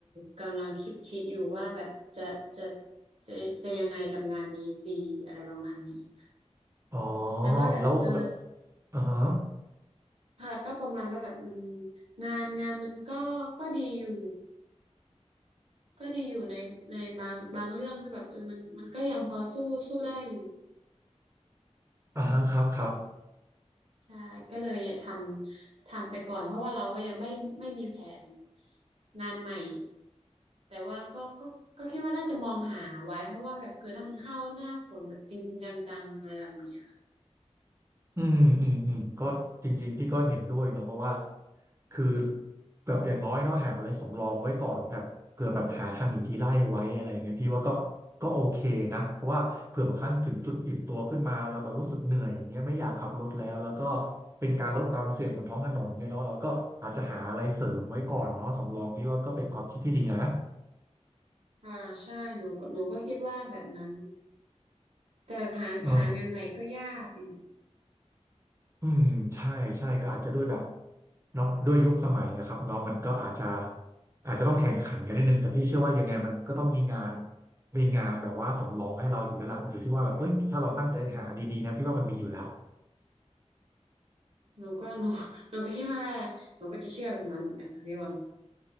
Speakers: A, on the right; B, on the right.
A: กำลังคิดคิดอยู่ว่าแบบจะจะจะจะยังไงกับงานนี้ดีอะไรประมาณนี้ค่ะ
B: อ๋อ
A: แต่ว่าแบบเออ
B: แล้วแล้วอ่าฮะ
A: ค่ะก็ประมาณว่าแบบอืมงานงานมันก็ก็ดีอยู่ก็ดีอยู่ในในบางบางเรื่องที่แบบเออมันมันก็ยังพอสู้สู้ได้อยู่
B: อ่าฮะครับครับ
A: ใช่ก็เลยทำทำไปก่อนเพราะว่าเราก็ยังไม่ไม่มีแผนงานใหม่แต่ว่าก็ก็ก็คิดว่าน่าจะมองหาไว้เพราะว่าแบบเกิดถ้ามันเข้าหน้าฝนแบบจริงจริงจังๆอะไรแบบเนี้ยค่ะ
B: อืมอืมอืมก็จริงๆพี่ก็เห็นด้วยเนาะเพราะว่าคือแบบอย่างน้อยเนาะหาอะไรสำรองไว้ก่อนแบบเผื่อแบบหาทางหนีทีไล่ไว้อะไรเงี้ยพี่ว่าก็ก็โอเคนะเพราะว่าเผื่อบางครั้งถึงจุดอิ่มตัวขึ้นมาแล้วแบบรู้สึกเหนื่อยอย่างเงี้ยไม่อยากขับรถแล้วแล้วก็เป็นการลดความเสี่ยงบนท้องถนนเนี่ยเนาะเราก็อาจจะหาอะไรเสริมไว้ก่อนเนาะสำรองพี่ว่าก็เป็นความคิดที่ดีนะ
A: อ่าใช่หนูก็หนูก็คิดว่าแบบนั้นแต่แบบหาหางานใหม่ก็ยากอยู่
B: อ่า อืมใช่ใช่ก็อาจจะด้วยแบบเนาะด้วยยุคสมัยนะครับเนาะมันก็อาจจะอาจจะต้องแข่งขันกันนิดนึงแต่พี่เชื่อว่ายังไงมันก็ต้องมีงานมีงานแบบว่าสำรองให้เราอยู่แล้วล่ะอยู่ที่ว่าแบบเอ้ยถ้าเราตั้งใจหาดีๆนะพี่ว่ามันมีอยู่แล้ว
A: หนูก็หนู <laughs> หนูก็คิดว่าหนูก็จะเชื่อแบบนั้นเหมือนกันค่ะพี่บอล